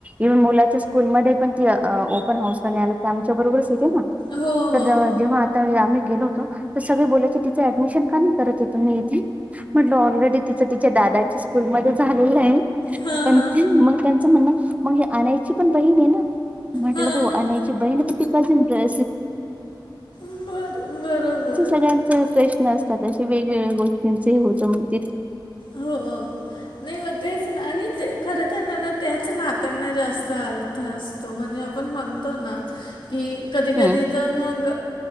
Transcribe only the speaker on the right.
इव्हन मुलाच्या स्कूलमध्ये पण ती ओपन हाऊस आणि ती आमच्या बरोबरच येते ना.
तर
जेव्हा जेव्हा आता आम्ही गेलो होतो सगळे बोलायचे तीच अडमिशन का नाही करत आहे तुम्ही इथे म्हटलं आलरेडी तिचं दा दादाच्या स्कूल मधेच झालेलं आहे.
पण
मग त्यांच म्हणण मग आनयची पण बहीण आहे ना. म्हटलं
हो ह्याची बहीण. <unintelligible> त्यांचा
सगळ्यांचा प्रश्न असत. अश्या वेगवेगळ्या गोष्टींच हे होतं. मग ते
हम्म